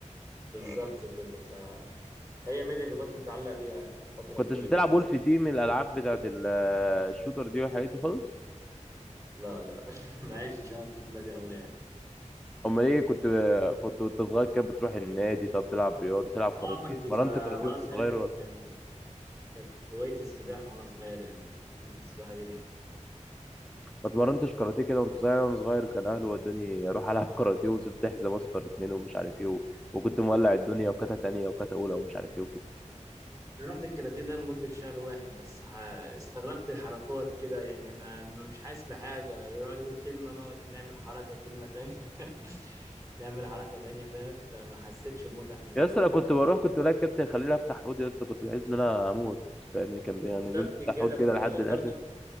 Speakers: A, on the right (about 25°); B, in the centre.
A: بالظبط كده فهي ميدل اللي كنت متعلق بيها فترة
B: ما كنتش
A: كبيرة
B: بتلعب
A: وأنا
B: وولف
A: صغير.
B: تيم الالعاب بتاعت ال- آه، الشوتر دي والحاجات دي خالص
A: لا لا <laughs> ما عشتش انا الطفولة دي قوي يعني
B: امال ايه كنت كنت وانت صغير كده بتروح النادي طب تلعب رياضه تلعب كاراتيه
A: اه كنت
B: اتمرنت
A: ب...
B: كاراتيه
A: وانا
B: وانت
A: صغير
B: صغير
A: كانت
B: ولا
A: يعني كانت هوايتي السباحة وانا صغير يعني كنت بحب السباحة جدا
B: ما اتمرنتش كاراتيه كده وانت صغير وانا صغير كان اهلي ودوني اروح العب <laughs> كاراتيه وزلت حزام اصفر اتنين ومش عارف ايه و... وكنت مولع الدنيا وكاتا تانية وكاتا اولى ومش عارف ايه وكده
A: انا رحت الكاراتيه ده لمده شهر واحد بس ح- استغربت الحركات كده يعني انا م- مش حاسس بحاجه يقعد يقول كلمه نقعد نعمل حركه كلمه تانية <laughs> نعمل حركه تانية فاهم فما حسيتش بمتعه في الموضوع
B: يا اسطى انا كنت
A: يعني
B: بروح كنت الاقي الكابتن يخليني افتح حوض يا اسطى كنت بحس ان انا هموت فاهمني كان بي- يعني
A: بالظبط
B: بيقول لي افتح
A: كده
B: حوض
A: كنت
B: كده لحد
A: بشوف
B: الاخر
A: برضو